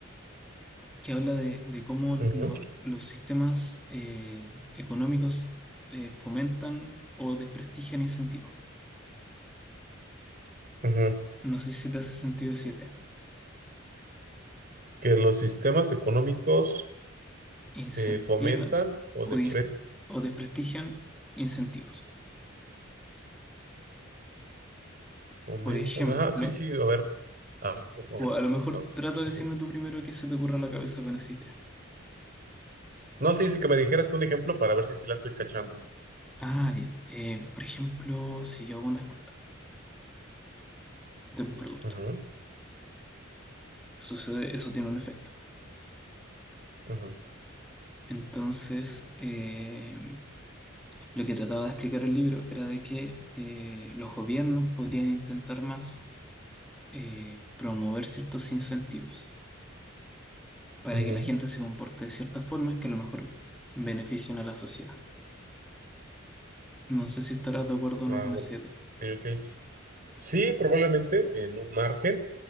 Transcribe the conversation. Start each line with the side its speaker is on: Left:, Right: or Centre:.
Centre: que habla de, de cómo
Right: ujú,
Centre: lo- los sistemas eh, económicos eh, fomentan o desprestigian incentivos.
Right: ujú.
Centre: No sé si te hace sentido esa idea.
Right: Que los sistemas económicos
Centre: Incentivan
Right: eh, fomentan o
Centre: o,
Right: deprecian.
Centre: ins- o desprestigian incentivos.
Right: Comentan.
Centre: Por ejemplo,
Right: Ajá, sí, sí, a ver. A ver, cómo-
Centre: O
Right: va?
Centre: a lo mejor
Right: a ver.
Centre: trata de
Right: Ajá.
Centre: decirme tú primero qué se te ocurre a la cabeza con esa idea.
Right: No, sí, sí, que me dijeras tú un ejemplo para ver si sí la estoy cachando.
Centre: Ah, bien. Eh, por ejemplo, si yo hago un descuento de un producto,
Right: Ajá,
Centre: sucede, eso tiene un efecto.
Right: ajá,
Centre: Entonces, eh, lo que trataba de explicar el libro era de que eh, los gobiernos podrían intentar más eh, promover ciertos incentivos para
Right: ajá.
Centre: que la gente se comporte de ciertas formas que a lo mejor beneficien a la sociedad. No sé si estarás de acuerdo o
Right: Ah,
Centre: no con esa
Right: ok,
Centre: idea.
Right: ok. Sí, probablemente en un margen,